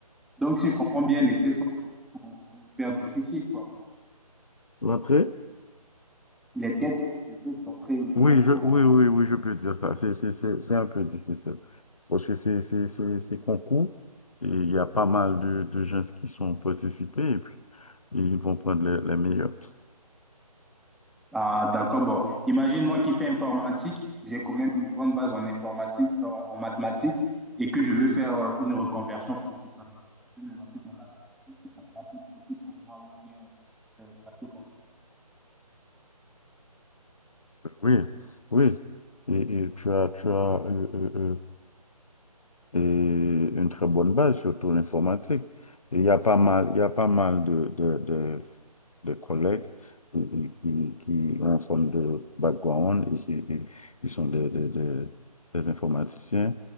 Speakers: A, in the centre; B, on the left (about 60°).
A: Donc, si je comprends bien, les tests sont, sont- sont hyper difficiles, quoi.
B: L'entrée?
A: Les tests, les tests d'entrée, les
B: Oui,
A: concours,
B: je, oui,
A: là.
B: oui, oui, je peux dire ça. C'est, c'est, c'est, c'est un peu difficile. Parce que c'est, c'est, c'est, c'est concours et il y a pas mal de, de gens qui sont participés et puis ils vont prendre les, les meilleurs.
A: Ah, d'accord. Bon, imagine moi qui fais informatique, j'ai quand même une bonne base en informatique, en, en mathématiques, et que je veux faire euh, une reconversion professionnelle. Je veux me lancer dans l'aviation. Est-ce que ça sera plus possible pour moi ou bien c'est c'est un peu compliqué?
B: Oui, oui. Et, et tu as, tu as, euh, euh, euh, et une très bonne base, surtout l'informatique. Il y a pas mal, il y a pas mal de, de, de, de collègues qui, qui, qui ont une forme de background et qui, et qui sont des, des, des, des informaticiens.